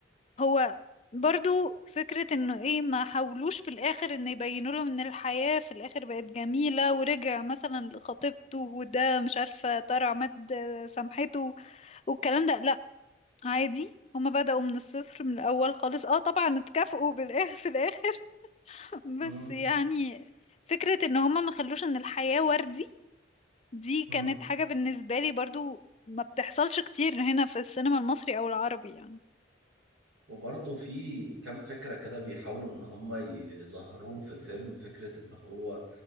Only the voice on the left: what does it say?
هو برضو فكرة انه ايه ما حاولوش في الاخر ان يبينوا لهم ان الحياة في الاخر بقت جميلة ورجع مثلا لخطيبته وده مش عارفة طارع مد سامحته والكلام ده لا عادي هما بدأوا من الصفر من الاول خالص اه طبعا اتكافئوا بالاخر في الاخر <laughs> بس
يعني فكرة ان هما ما خلوش ان الحياة وردي دي كانت
حاجة بالنسبة لي برضو ما بتحصلش كتير هنا في السينما المصري او العربي يعني